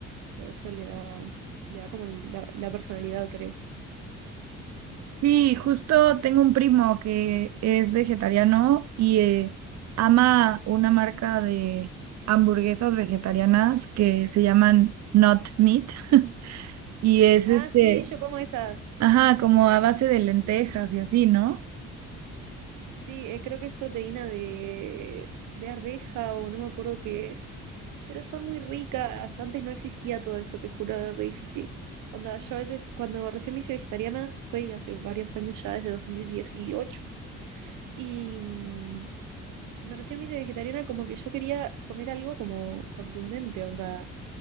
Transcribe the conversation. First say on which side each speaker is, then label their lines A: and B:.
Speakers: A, on the right; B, on the right.
A: todo eso le da, le da como la, la personalidad, creo.
B: Sí, justo tengo un primo que es vegetariano y eh, ama una marca de hamburguesas vegetarianas que se llaman Not Meat y es
A: Ah,
B: este,
A: sí, yo como esas.
B: ajá, como a base de lentejas y así, ¿no?
A: Sí, eh, creo que es proteína de, de arveja o no me acuerdo qué es, pero son muy ricas. Antes no existía todo eso, te juro, era re difícil. Onda, yo a veces, cuando recién me hice vegetariana, soy hace varios años ya, desde 2018, y, mm, cuando recién me hice vegetariana, como que yo quería comer algo como contundente, onda.